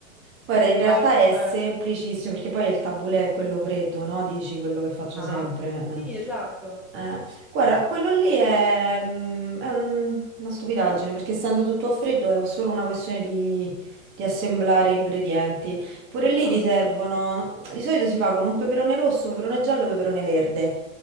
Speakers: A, on the right (about 30°); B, in the centre.
A: Guarda, in realtà
B: Vai,
A: è
B: spara.
A: semplicissimo perché poi il tabulè è quello freddo, no? Dici quello che faccio
B: Ah,
A: sempre.
B: Sì,
A: eh.
B: esatto.
A: Eh, guarda, quello lì è, mm, è un- una stupidaggine perché essendo tutto a freddo è solo una questione di, di assemblare ingredienti. Pure lì
B: Mm,
A: ti servono, di solito si fa con un peperone rosso, peperone giallo e peperone verde.